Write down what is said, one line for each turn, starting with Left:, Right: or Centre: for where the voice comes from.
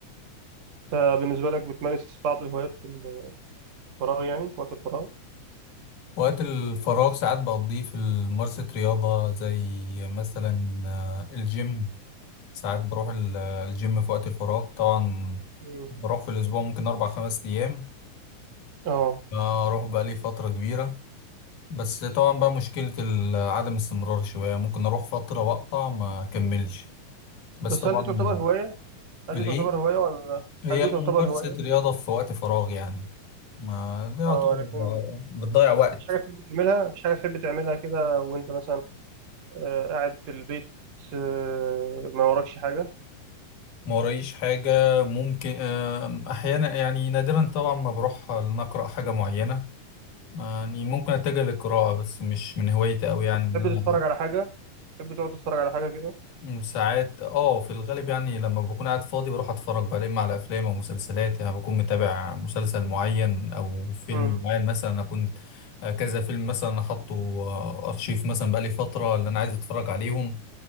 Right: أنت بالنسبة لك بتمارس بعض الهوايات في ال- في الفراغ يعني في وقت الفراغ؟
Left: وقت الفراغ ساعات بقضيه في ممارسة رياضة زي مثلا آه، الجيم ساعات بروح ال- آه، الجيم في وقت الفراغ طبعا
Right: مم.
Left: بروح في الأسبوع ممكن أربع خمس أيام
Right: اه
Left: آه، أروح بقالي فترة كبيرة بس طبعا بقى مشكلة ال- عدم استمرار شوية ممكن أروح فترة وأقطع ما أكملش بس
Right: بس
Left: طبعا
Right: هل دي تعتبر هواية؟ هل
Left: الإيه؟
Right: دي تعتبر هواية ولا
Left: هي
Right: هل دي
Left: ممارسة
Right: تعتبر هواية؟
Left: رياضة في وقت فراغ يعني ما ده يعتبر
Right: اه لكن
Left: بتضيع وقت
Right: مفيش حاجة تحب تعملها مفيش حاجة تحب تعملها كده وأنت مثلا آه، قاعد في البيت آه، ما وراكش حاجة
Left: ما ورايش حاجة ممكن آم، أحيانا يعني نادرا طبعا ما بروح إن أقرأ حاجة معينة يعني ممكن أتجه للقراءة بس مش من هوايتي أوي يعني
Right: طب
Left: إن
Right: تحب
Left: أنا
Right: تتفرج على حاجة تحب تقعد تتفرج على حاجة كده
Left: مم، ساعات اه في الغالب يعني لما بكون قاعد فاضي بروح اتفرج بقى اما على افلام او مسلسلات يعني بكون متابع مسلسل معين او فيلم
Right: امم
Left: معين مثلا انا كنت آه، كذا فيلم مثلا انا حاطه آه، ارشيف مثلا بقالي فترة اللي انا عايز اتفرج عليهم